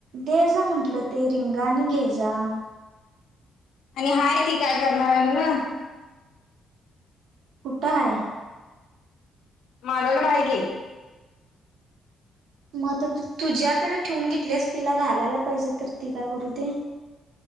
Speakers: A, on the right; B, on the left.
A: दे जा म्हंटलं ते रिंगा आणि घे जा
B: आणि हाय ती काय करणार आहे म्हण
A: कुठं हाय
B: माझ्याकडें आहे की
A: मग तर तू तुझ्याकडे ठेवून घेतलीस तिला घालायला पाहिजे तर ती काय करू दे